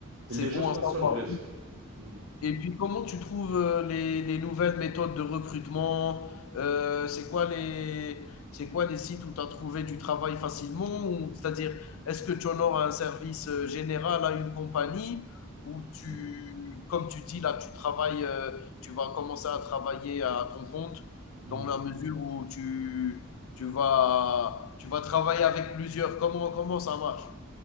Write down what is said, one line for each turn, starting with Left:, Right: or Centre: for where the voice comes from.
Left: C'est
Right: Il y a
Left: bon
Right: juste
Left: à
Right: un
Left: savoir.
Right: seul risque. Hmm.
Left: Et puis, comment tu trouves euh, les, les nouvelles méthodes de recrutement? Euh, c'est quoi les, c'est quoi les sites où tu as trouvé du travail facilement? Ou, c'est-à-dire, est-ce que tu honores un service euh, général à une compagnie ou tu,
Right: Hmm.
Left: comme tu dis là, tu travailles, euh, tu vas commencer à travailler à ton compte
Right: Mhm.
Left: dans la mesure où tu, tu vas, tu vas travailler avec plusieurs. Comment, comment ça marche?